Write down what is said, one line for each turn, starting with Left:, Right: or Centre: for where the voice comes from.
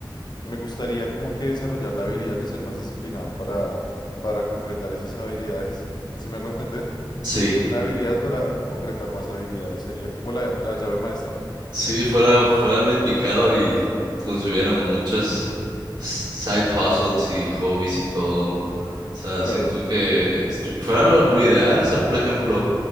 Left: me gustaría como que desarrollar la habilidad de ser más disciplinado para, para concretar esas habilidades. <laughs> ¿Sí me hago entender?
Right: Sí,
Left: Una habilidad para concretar más habilidades sería como la, la llave maestra.
Right: sí, fuera, fuera lo indicado y consumiéramos muchas s- side hustles y hobbies y todo, ¿no? O sea,
Left: Claro,
Right: siento que estu- fuera lo, lo ideal, o sea, por ejemplo,